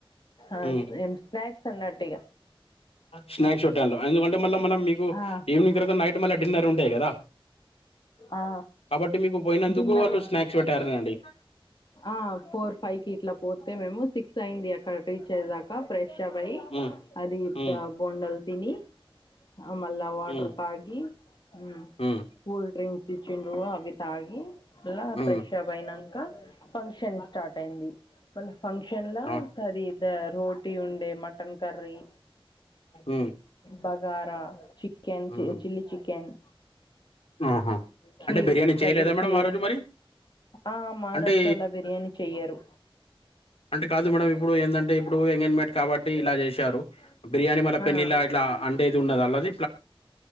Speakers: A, on the left; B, on the left.
A: ఆం
B: మ్మ్.
A: స్నాక్స్ అన్నటు ఇగా
B: స్నాక్స్ చుట్టాంలో ఎందుకంటే మళ్ళా మనం మీకు
A: ఆ
B: ఈవినింగ్ తర్వాత నైట్ మళ్ళీ డిన్నర్ ఉంటాయి కదా
A: ఆ
B: కాబట్టి మీకు పోయినందుకు
A: డిన్నర్
B: వాళ్ళు
A: లా
B: స్నాక్స్ పెట్టారనండి
A: ఆ ఫోర్ ఫైవ్ కి ఇట్లా పోతే మేము సిక్స్ అయింది అక్కడ రీచ్ అయ్యాకా ఫ్రెష్ అప్ అయ్యి
B: మ్మ్.
A: అది
B: మ్మ్.
A: బోండల్ తిని ఆ మళ్ల వాటర్
B: మ్మ్.
A: తాగి ఉ
B: మ్మ్.
A: కూల్ డ్రింక్స్ తెచ్చిళ్ళు అవి తాగి మళ్ల
B: మ్మ్.
A: ఫ్రెష్ అప్ అయినం కా ఫంక్షన్ స్టార్ట్ అయింది మళ్ళ ఫంక్షన్ లా
B: అవును.
A: అది ద రోటీ ఉండే మటన్ కర్రీ,
B: మ్మ్.
A: బగారా చికెన్
B: మ్మ్.
A: చిల్లీ చికెన్
B: ఆహా
A: కీర్
B: అంటే బిర్యానీ
A: కద్దుూ
B: చేయలేదా మేడం
A: కీర్
B: ఆ రోజు మరి
A: ఆ మహారాష్ట్రలా
B: అంటే
A: బిర్యానీ చెయ్యారు
B: అంటే కాదు మేడం ఇప్పుడు ఏంటంటే ఇప్పుడు ఎంగేంజ్మెట్ కాబట్టి ఇలా చేశారు బిర్యానీ మళ పెళ్లిళ్లా
A: ఆ!
B: ఇట్లా అంటే ఇది ఉండదా ఆలది